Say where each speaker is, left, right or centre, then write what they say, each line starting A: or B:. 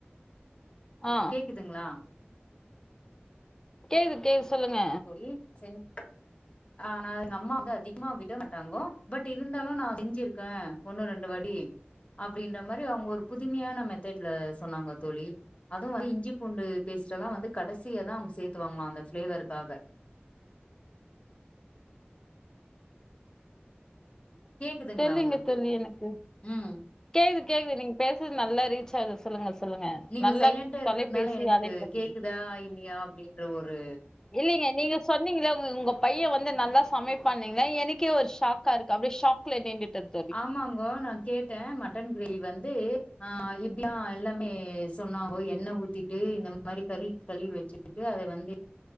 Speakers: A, on the left (about 15°); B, on the left (about 35°).
A: ஆ
B: கேக்குதுங்களா
A: கேக்து கேக்கு சொல்லுங்க
B: ப் செஞ் அ நா அது எங்க அம்மா வந்து அதிகமா விட மாட்டாங்கோ பட் இருந்தாலு நா செஞ்சிருக்கே ஒன்னு ரெண்டு வாட்டி அப்டின்ற மாரி அவுங்க ஒரு புதுமையான மெத்தட்ல சொன்னாங்கோ தோழி அதுவல் இஞ்சி பூண்டு பேஸ்ட் எல்லா வந்து கடசியா தா அவுங்க சேர்த்துவாங்களா அந்த ஃபிளேவருக்காக கேக்குதுங்களா
A: தெர்லிங்க
B: உங்களுக்கு
A: தெர்லியே எனக்கு
B: ம்
A: கேக்குது கேக்குது நீங்க பேசுறது நல்லா ரீச் ஆகுது சொல்லுங்க சொல்லுங்க
B: நீங்க
A: நல்லா
B: சைலண்டா இருக்கிறதுனால
A: தொலைபேசி
B: எனக்கு
A: அலைப்பெடுத்துக்கங்
B: கேக்குதா இல்லையா அப்டின்ற ஒரு
A: இல்லிங்க நீங்க சொன்னீங்கள உங்களுக்கு உங்க பையன் வந்து நல்லா சமைப்பானீங்களா எனக்கே ஒரு ஷாக்கா இருக்கு அப்டியே ஷாக் கில்லே நீண்டிட்டது
B: ஆமாங்கோ நா கேட் டேன் மட்டன் கிரேவி வந்து அ இப்டிலா எல்லாமே சொன்னாங்கோ எண்ண ஊத்திட்டு இந்த மாரி கறி கழுவி வச்சுக்கிட்டு அத வந்து